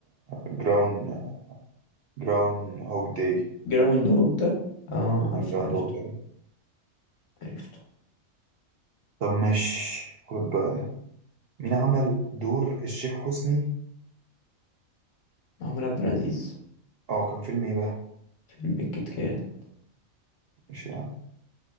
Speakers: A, on the right (about 60°); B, on the left (about 65°).
A: جراون جراون هوك داي
B: جراوند هوك ده اه عارفه
A: جراوند
B: عرفته
A: هوك داي
B: عرفته
A: طب ماشي خد بقى مين عمل دور الشيخ حسني
B: محمود عبد العزيز
A: اه كان فيلم ايه بقى
B: فيلم الكيت كات
A: مش يعني